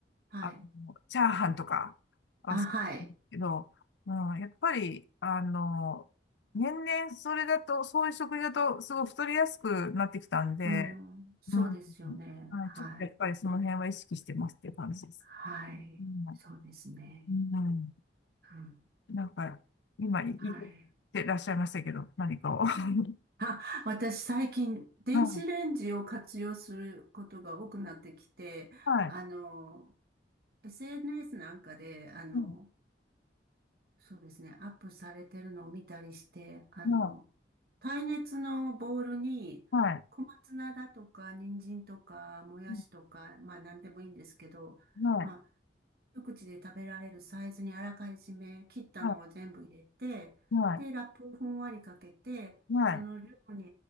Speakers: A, on the right; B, on the left.
A: はい。
B: あの、チャーハンとか、あ、
A: あ、
B: そ
A: はい。
B: けど、うん、やっぱり、あの、年々それだと、そういう食事だと、すごい太りやすくなってきたんで、
A: うん。そうですよね。
B: うん、はい、
A: はい。
B: ちょっとやっぱりその辺は意識してますっていう感じです。
A: はい。
B: う
A: そうですね。
B: ん、うん
A: うん。
B: なんか、今、い言っ
A: はい。
B: てらっしゃいましたけど、何かを。<laughs> は
A: あ、私最近、電子レンジを活用することが多くなってきて、
B: い、はい、
A: あの、SNS なんかで、あの、
B: う
A: そうですね。アップされてるのを見たりして、あの、
B: ん、
A: 耐熱のボウルに、
B: はい、はい、
A: 小松菜だとか、人参とか、もやしとか、
B: う
A: まあ何でもいいんですけど、
B: んはい、
A: まあ、一口で食べられるサイズにあらかじめ切ったのを全部入れて、
B: はい、はい、
A: で、ラップをふんわりかけて、
B: はい、
A: その量に